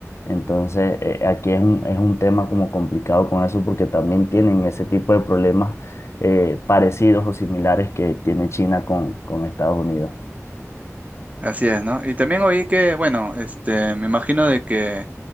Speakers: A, on the left; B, on the right.
A: Entonces, eh, aquí es un, es un tema como complicado con eso porque también tienen ese tipo de problemas eh, parecidos o similares que tiene China con, con Estados Unidos.
B: Así es, ¿no? Y también oí que, bueno, este, me imagino de que